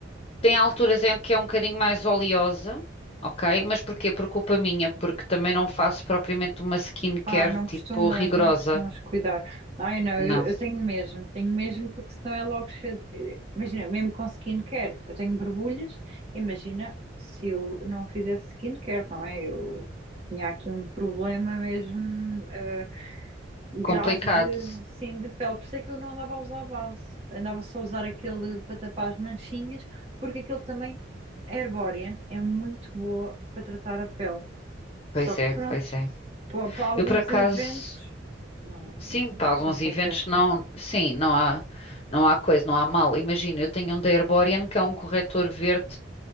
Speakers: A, on the left; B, on the right.
A: tem alturas em que é um bocadinho mais oleosa, ok? Mas porquê? Por culpa minha, porque também não faço propriamente uma skincare
B: Ah, não costumas,
A: tipo rigorosa.
B: não costumas cuidar. Ai, não, eu,
A: Não,
B: eu tenho mesmo, tenho mesmo, porque senão é logo cheio. de- Imagina, mesmo com skincare, eu tenho borbulhas. Imagina se eu não fizesse skincare, não é? Eu tinha aqui um problema mesmo eh, grave
A: complicado.
B: de, sim, de pele. Por isso é que eu não andava a usar base. Andava só a usar aquele para tapar as manchinhas, porque aquele também, a Herborian, é muito boa para tratar a pele. Só
A: Pois
B: que
A: é,
B: pronto.
A: pois é.
B: Para, para alguns
A: Eu por acaso,
B: inventos não,
A: sim, para
B: acho
A: alguns
B: que não compensa.
A: eventos não, sim, não há, não há coisa, não há mal. Imagina, eu tenho um da Herborian que é um corretor verde,